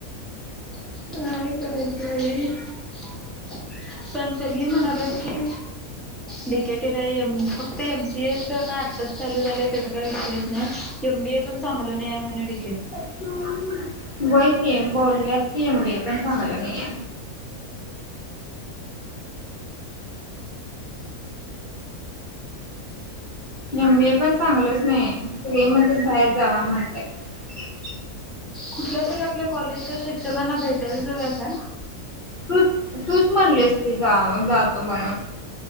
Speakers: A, in the centre; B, on the left.
A: का करायचं बाई <unintelligible> पण सगळी म्हणालेत की डीकेटीला एम एमसीएच काय आत्ताच चालू झालंय त्याचा काय विषयच नाही एम बीए पण चांगल नाहीय मेडि
B: बई. <unintelligible> बोलल्या कि एम बी एस पण चांगलं नाहे. एम बी ए पण सांगलच नाही ते म्हणतं बाहेर जावा म्हणत्यात.
A: कुठल्या तरी आपल्या कॉलेजच्या शिक्षकांना भेटायला जाऊया काय?
B: तूच तूच म्हणलीस की जा जातो म्हणून.